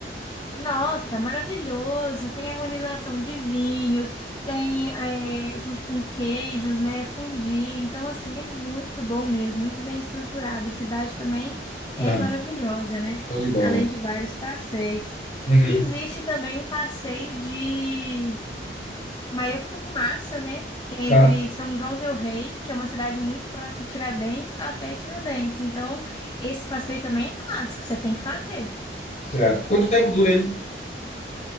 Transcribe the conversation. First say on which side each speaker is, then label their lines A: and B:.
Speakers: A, on the left; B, on the left.
A: Nossa, maravilhoso! Tem harmonização de vinhos, tem eh, junto com queijos, né? Fondue. Então, assim, é muito bom mesmo, muito bem estruturado. A cidade também é
B: Aham.
A: maravilhosa, né?
B: Show de bola.
A: Além de vários passeios.
B: Uhum.
A: Existe também um passeio de Maria Fumaça, né? Entre
B: Tá,
A: São João del Rei, que é uma cidade muito próxima de Tiradentes, até Tiradentes. Então, esse passeio também é clássico, você tem que fazer.
B: certo. Quanto tempo dura ele?